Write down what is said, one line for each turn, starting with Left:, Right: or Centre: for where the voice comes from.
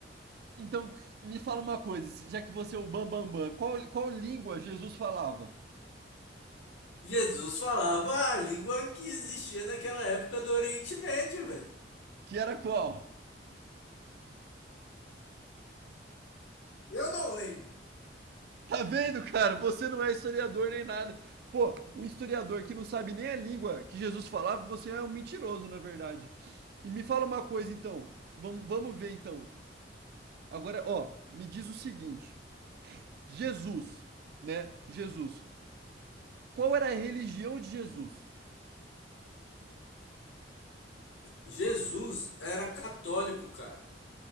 Right: Então, me fala uma coisa, já que você é o Bambambam, bam, bam, bam, qual, qual língua Jesus falava?
Left: Jesus falava a língua que existia naquela época do Oriente Médio, velho.
Right: Que era qual?
Left: Eu não lembro.
Right: Tá vendo, cara? Você não é historiador nem nada. Pô, um historiador que não sabe nem a língua que Jesus falava, você é um mentiroso, na verdade. E me fala uma coisa, então. Vamos, vamos ver, então. Agora, ó, me diz o seguinte: Jesus, né? Jesus. Qual era a religião de Jesus?
Left: Jesus era católico, cara.